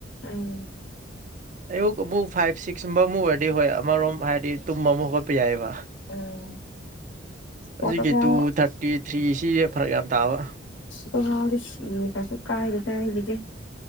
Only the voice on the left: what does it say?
ꯎꯝ
ꯎꯝ
ꯄꯣꯔꯇꯨꯒꯥꯜ
ꯇꯥꯎꯗ ꯁꯤꯔꯁꯨ ꯀꯥꯏꯔꯦꯗꯏꯔꯤꯗꯤ